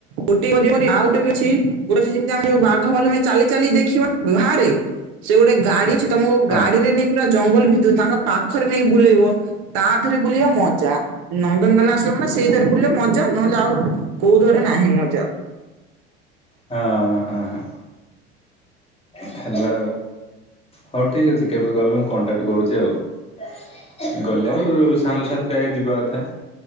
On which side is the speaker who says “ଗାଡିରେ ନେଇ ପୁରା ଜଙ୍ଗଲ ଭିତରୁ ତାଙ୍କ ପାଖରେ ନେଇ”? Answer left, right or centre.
Right